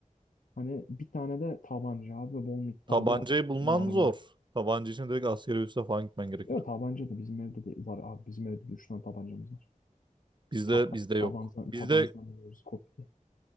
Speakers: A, on the left; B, on the right.
A: Hani bir tane de tabanca abi ve bol miktarda
B: Tabancayı bulman
A: mermi.
B: zor. Tabanca için direkt askeri üste falan gitmen gerekir.
A: Ya tabanca da bizim evde de var abi. Bizim evde de üç tane tabancamız var.
B: Bizde
A: Taban,
B: bizde yok.
A: tabanzan, tabanzan
B: Bizde
A: diyoruz kopya.